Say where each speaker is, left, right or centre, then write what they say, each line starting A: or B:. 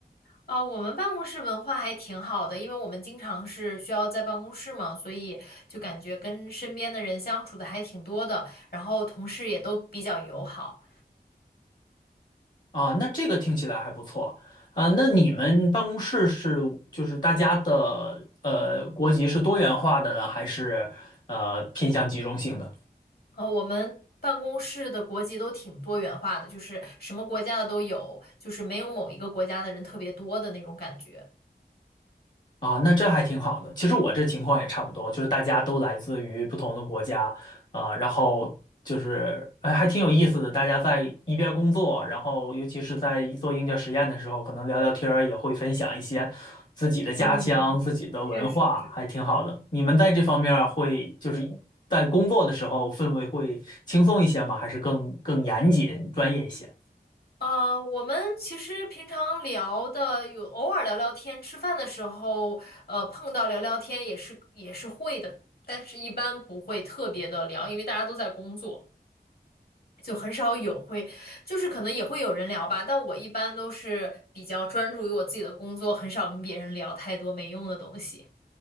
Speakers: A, on the left; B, on the left.
A: 啊，我们办公室文化还挺好的，因为我们经常是需要在办公室嘛，所以就感觉跟身边的人相处的还挺多的，然后同事也都比较友好。
B: 啊，那这个听起来还不错啊。那你们办公室是就是大家的呃国籍是多元化的呢，还是呃偏向集中性的？
A: 呃，我们办公室的国籍都挺多元化的，就是什么国家的都有，就是没有某一个国家的人特别多的那种感觉。
B: 啊，那这还挺好的。其实我这情况也差不多，就是大家都来自于不同的国家啊，然后就是哎，还挺有意思的。大家在一边工作，然后尤其是在做硬件实验的时候，可能聊聊天儿，也会分享一些自己的家乡、
A: 嗯，
B: 自己的文化，
A: 确实是。
B: 还挺好的。你们在这方面儿会就是在工作的时候氛围会轻松一些吗？还是更更严谨、专业一些？
A: 啊，我们其实平常聊的有偶尔聊聊天，吃饭的时候，呃，碰到聊聊天也是也是会的，但是一般不会特别的聊，因为大家都在工作。就很少有会，就是可能也会有人聊吧，但我一般都是比较专注于我自己的工作，很少跟别人聊太多没用的东西。